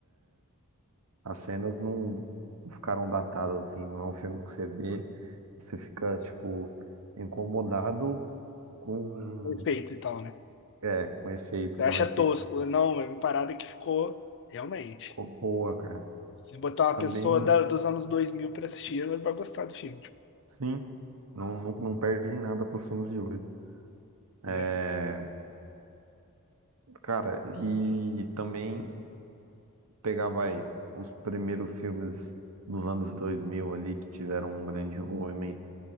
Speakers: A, on the right; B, on the left.
A: As cenas não não ficaram datadas, assim, não é um filme que você vê, você fica, tipo, incomodado com,
B: Com efeito e tal, né?
A: é, com efeito,
B: Você acha
A: não é efeito
B: tosco?
A: que
B: Não, é uma parada que ficou realmente.
A: ficou boa, cara.
B: Se botar uma
A: Também,
B: pessoa da- dos anos 2000 pra assistir, ela vai gostar do filme. tipo,
A: sim, não, não, não perdem nada pros filmes de hoje. É,
B: né?
A: cara, e também pegar, vai, os primeiros filmes dos anos 2000 ali, que tiveram um grande envolvimento